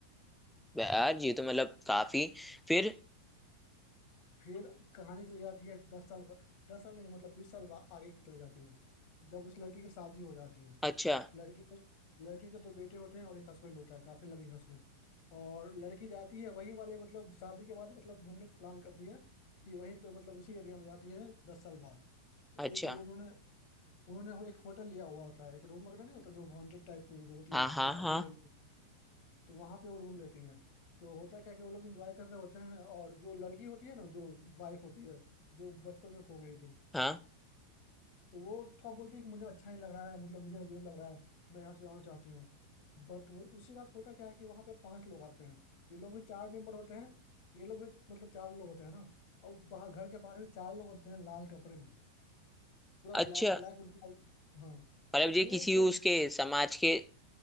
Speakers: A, in the centre; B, on the left.
A: यार ये तो मतलब काफी फिर
B: फिर कहानी चली जाती है दस साल ब- दस साल नहीं मतलब बीस साल बा- आगे चली जाती है जब उस लड़की की शादी हो जाती है
A: अच्छा
B: लड़की के लड़के के दो बेटे होते हैं और एक हस्बैंड होता है काफी लविंग हस्बैंड और लड़की जाती है वहीं वाले मतलब शादी के बाद मतलब घूमने प्लान करती है कि वहीं पे मतलब उसी एरिया में जाती है दस साल बाद तो
A: अच्छा
B: एक वो उन्होंने उन्होंने वो एक होटल लिया हुआ होता है एक रूम वगैरह नहीं होता जो हॉन्टेड टाइप होती
A: हाँ
B: है बहुत
A: हाँ
B: अकेले
A: हाँ
B: में तो वहां पे वो रूम लेती हैं तो होता है क्या कि वो लोग इंजॉय कर रहे होते हैं और जो लड़की होती है ना जो वाइफ होती है जो बचपन में खो गई थी
A: हाँ
B: तो वो थोड़ा बोलती है कि मुझे अच्छा नहीं लग रहा है मतलब मुझे अजीब लग रहा है मैं यहाँ से जाना चाहती हूँ बट उसी रात होता क्या है कि वहाँ पे पांच लोग आते हैं ये लोग भी चार मेंबर होते हैं ये लोग भी मतलब चार लोग होते हैं ना और बाहर घर के बाहर भी चार लोग होते हैं लाल कपड़े में पूरा
A: अच्छा
B: ब्लैक ब्लैक उनका हाँ तो
A: मतलब ये
B: वो
A: किसी उसके
B: जब
A: समाज के